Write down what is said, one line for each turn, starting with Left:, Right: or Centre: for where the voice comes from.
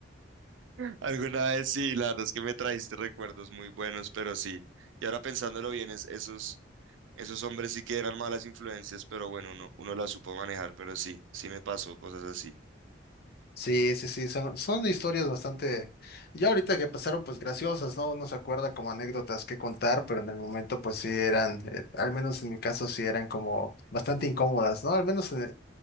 Right: Alguna vez sí, la verdad es que me trajiste recuerdos muy buenos, pero sí. Y ahora pensándolo bien, es, esos, Esos hombres sí que eran malas influencias, pero bueno, uno, uno las supo manejar, pero sí, sí me pasó cosas así.
Left: Sí, sí, sí, son, son historias bastante, ya ahorita que pasaron pues graciosas, ¿no? Uno se acuerda como anécdotas que contar, pero en el momento pues sí eran, eh, al menos en mi caso sí eran como bastante incómodas, ¿no? Al menos eh,